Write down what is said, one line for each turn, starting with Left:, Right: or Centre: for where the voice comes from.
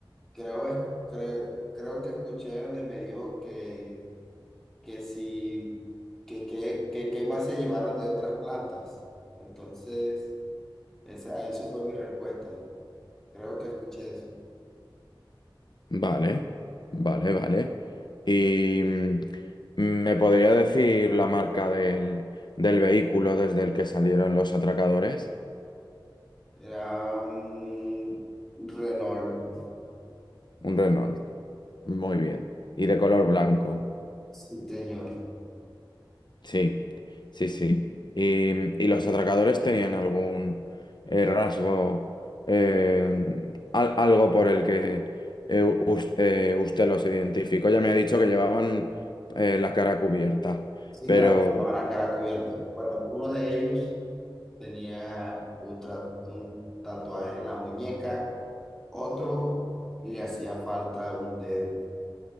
Centre: creo, es- creo, creo que escuché donde me dijo que, que si, que, que, que, que más se llevaron de otras plantas. Entonces, esa, eso fue mi respuesta. Creo que escuché eso.
Left: Vale, vale, vale. ¿Y mm, me podría decir la marca del, del vehículo desde el que salieron los atracadores?
Centre: Era un Renault,
Left: Un Renault. Muy bien. Y de color blanco.
Centre: sí, señor.
Left: Sí, sí, sí. ¿Y, y los atracadores tenían algún eh, rasgo, eh, al- algo por el que eh, us- eh, usted los identificó? Ya me ha dicho que llevaban eh, la cara cubierta,
Centre: Sí,
Left: pero
Centre: claro, llevaban la cara cubierta. Bueno, uno de ellos. tenía un, tra- un tatuaje en la muñeca, otro le hacía falta un dedo.